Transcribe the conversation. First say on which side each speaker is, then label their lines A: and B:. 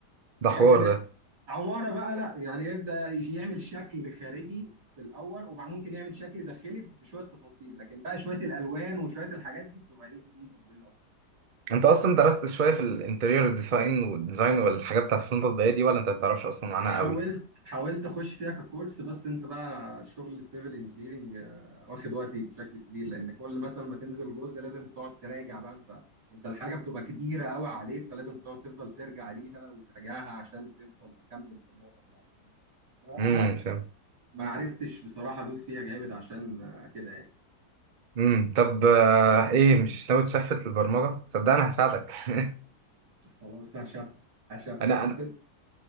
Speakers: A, on the right; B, on the right.
A: ده
B: لكن
A: حوار
B: إحنا
A: ده
B: عمارة بقى لا يعني يبدأ يجي يعمل شكل خارجي في الأول وممكن يعمل شكل داخلي بشوية تفاصيل لكن بقى شوية الألوان وشوية الحاجات دي بتبقى إيه فنون تطبيقية أكتر
A: انت اصلا درست شويه في الانتريور ديزاين والديزاين والحاجات بتاعت الفرونت الضيقه دي ولا انت ما بتعرفش اصلا عنها
B: حاولت
A: قوي
B: حاولت اخش فيها ككورس بس انت بقى شغل السيفل انجينيرنج واخد وقتي بشكل كبير لان كل مثلا ما تنزل جزء لازم تقعد تراجع بقى انت انت الحاجه بتبقى كبيره قوي عليك فلازم تقعد تفضل ترجع ليها وتراجعها عشان تفضل تكمل في النقطه بتاعتك فاهم فلا
A: امم فاهم
B: ما عرفتش بصراحه ادوس فيها جامد عشان آه، كده يعني
A: امم طب آه، ايه مش ناوي تشفت للبرمجه صدقني هساعدك <laughs>
B: خلاص هشفت هشفت
A: انا
B: بس